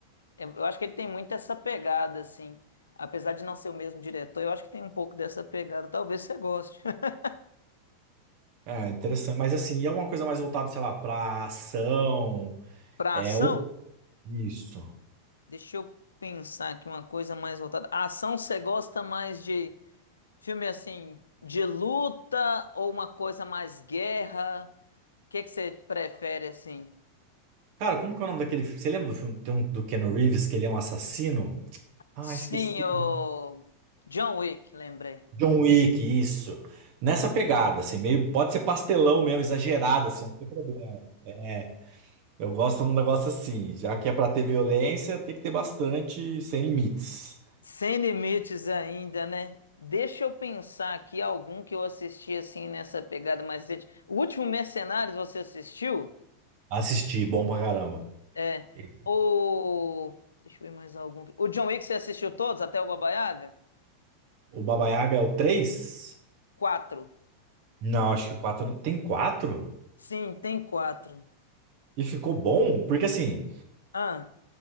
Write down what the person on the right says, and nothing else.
É, interessante. Mas assim, e é alguma coisa mais voltada, sei lá, pra ação?
É,
ou isso.
Cara, como que é o nome daquele. Você lembra do filme tem um, do Keanu Reeves, que ele é um assassino? Ah,
esqueci.
o nome.
John Wick, isso. Nessa pegada, assim, meio. Pode ser pastelão mesmo, exagerado, assim, não tem problema. É, eu gosto de um negócio assim. Já que é pra ter violência, tem que ter bastante, sem limites.
Assisti, bom pra caramba.
Esse.
O Baba Yaga é o 3?
Não, acho que o 4. Tem 4?
E ficou bom, porque assim,